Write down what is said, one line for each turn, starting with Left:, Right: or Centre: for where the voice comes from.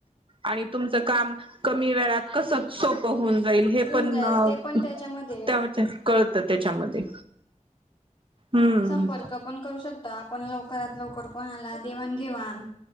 Right: आणि तुमचं काम कमी वेळात कसं सोपं होऊन जाईल हे
Left: होऊन
Right: पण
Left: जाईल ते पण
Right: त्यावाच्यात
Left: त्याच्यामध्ये
Right: कळतं त्याच्यामध्ये. हम्म
Left: संपर्क पण करू शकतो आपण लवकरात लवकर कोणाला देवाण, घेवाण.